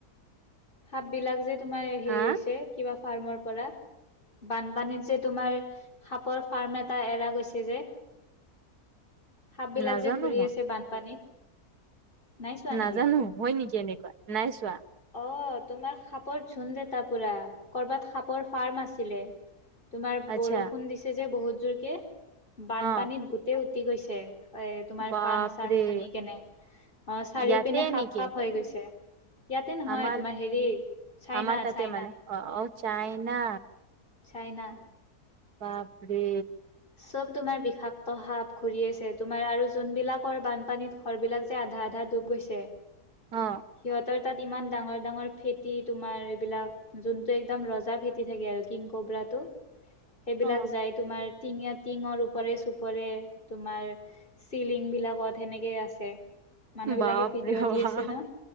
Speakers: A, on the left; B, on the right.
A: সাপ বিলাক যে তোমাৰ হেৰি
B: হা
A: হৈছে কিবা ফাৰ্মৰ পৰা। বানপানীত যে তোমাৰ সাপৰ ফাৰ্ম এটা এৰা গৈছে যে। সাপ বিলাক
B: নাজানো
A: যে ঘূৰি
B: মই
A: আছে বানপানীত নাই চোৱা নেকি?
B: নাজানো হয় নেকি, এনেকুৱা নাই চোৱা।
A: অ তোমাৰ সাপৰ ঝুন দেটা পুৰা কৰ'বাত সাপৰ ফাৰ্ম আছিলে। তোমাৰ
B: আচ্ছা
A: বৰষুণ দিছে যে বহুত জোৰকে বানপানীত
B: অ
A: গোটেই উ- উতি গৈছে। এ তোমাৰ
B: বাপৰে
A: ফাৰ্ম চাৰ্ম ভাঙি কেনে অ চাৰিও
B: ইয়াতে
A: পিনে সাপ
B: নেকি
A: সাপ হৈ গৈছে। ইয়াতে নহয়।
B: আমাৰ
A: তোমাৰ হেৰি চাইনা
B: আমাৰ তাতে
A: চাইনা
B: মানে অ ঔ চাইনা।
A: চাইনা।
B: বাপৰে।
A: চব তোমাৰ বিষাক্ত সাপ ঘুৰি আছে তোমাৰ আৰু যোনবিলাকৰ বানপানীত। ঘৰবিলাক যে আধা আধা ডুব গৈছে।
B: অ।
A: সিহঁতৰ তাত ইমান ডাঙৰ ডাঙৰ ফেটি তোমাৰ এইবিলাক। যোনটো একদম ৰজা ফেটি থাকে আৰু কিং কবৰাটো সেইবিলাক
B: অ
A: যাই তোমাৰ- টিঙে টিঙৰ ওপৰে চোপৰে তোমাৰ- চিলিং বিলাকত সেনেকে আছে, মানুহ
B: বাপৰে
A: বিলাকে ভিডিঅ'
B: বাপ
A: দি আছে ন।